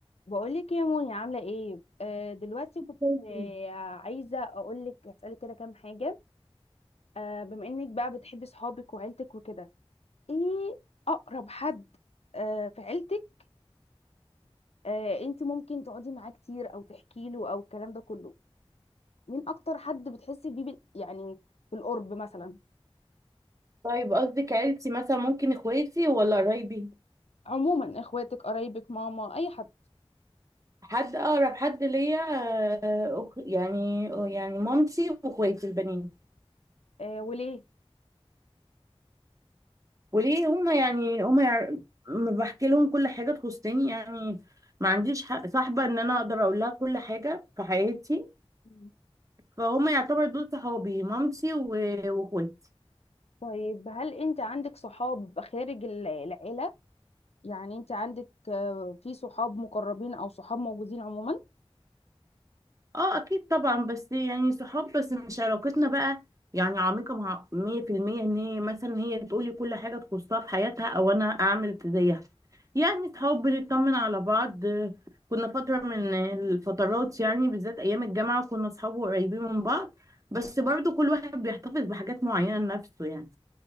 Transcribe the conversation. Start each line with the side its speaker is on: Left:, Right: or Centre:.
Left: بقولك يا موني عاملة ايه آه دلوقتي كنت
Right: ممكن.
Left: آه عايزة اقولك اسألك كده كام حاجة آه بما انك بقى بتحبي صحابك وعيلتك وكده ايه اقرب حد آه في عيلتك آه انت ممكن تقعدي معاه كتير او تحكي له او الكلام ده كله مين اكتر حد بتحسي بيه بال- يعني في القرب مثلا
Right: طيب قصدك عيلتي مثلا ممكن اخواتي ولا قرايبي
Left: عموما اخواتك قرايبك ماما اي حد
Right: حد اقرب حد ليا آه، أخ- يعني يعني مامتي واخواتي البنين
Left: آه وليه
Right: وليه هما يعني هما يع- م- بحكي لهم كل حاجه تخصني يعني ما عنديش حق صاحبه ان انا اقدر اقول لها كل حاجه في حياتي
Left: مم.
Right: فهم يعتبر دول صحابي مامتي و- واخواتي
Left: طيب هل انت عندك صحاب خارج ال- العيلة يعني انت عندك آه، في صحاب مقربين او صحاب موجودين عموما
Right: اه اكيد طبعا بس يعني صحاب بس مش علاقتنا بقى يعني عميقة مع مية في المية ان هي مثلا هي تقولي كل حاجة تخصها في حياتها او انا اعمل زيها يعني صحاب بنطمن على بعض آه، كنا فترة من الفترات يعني بالذات ايام الجامعة كنا صحاب قريبين من بعض بس برضو كل واحد بيحتفظ بحاجات معينة لنفسه يعني